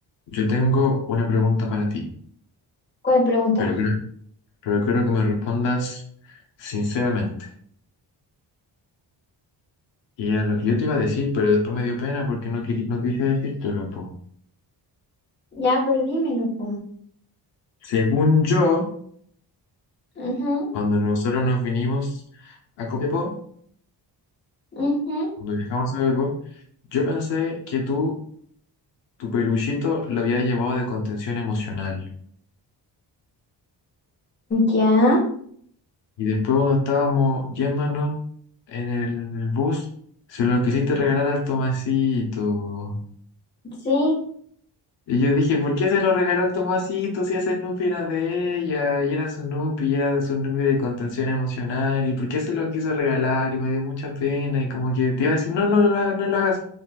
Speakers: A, on the left (about 80°); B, on the left (about 25°).
A: Yo tengo una pregunta para ti,
B: ¿Cuál pregunta?
A: pero creo, pero quiero que me respondas sinceramente. Y ya lo- yo te iba a decir, pero después me dio pena porque no, querí- no quise decírtelo, po.
B: Ya, pero dímelo, po.
A: Según yo,
B: Ujú,
A: cuando nosotros nos vinimos a Copiapó,
B: ujú.
A: cuando viajamos a Copiapó, yo pensé que tú, tu peluchito, lo habías llevado de contención emocional.
B: Ya,
A: Y después cuando estábamos yéndonos en el bus, se lo quisiste regalar al Tomasito.
B: sí.
A: Y yo dije, ¿por qué se lo regaló al Tomasito si esa Snoopy era de ella? Y era su Snoopy, y era su Snoopy de contención emocional. ¿Y por qué se lo quiso regalar? Y me dio mucha pena. Y como que te iba a decir, no, no lo hagas, no lo hagas.